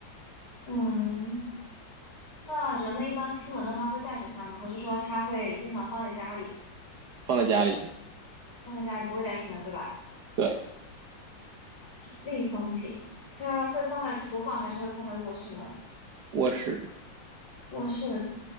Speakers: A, on the left (about 60°); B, on the right (about 60°).
A: 嗯，那人们一般出门的话会带着它吗？还是说它会经常放在家里，
B: 放在家里，
A: 放在家里不会带出门，对吧？
B: 对，
A: 立方体，它会放在厨房还是会放在卧室呢？
B: 卧室，
A: 卧室，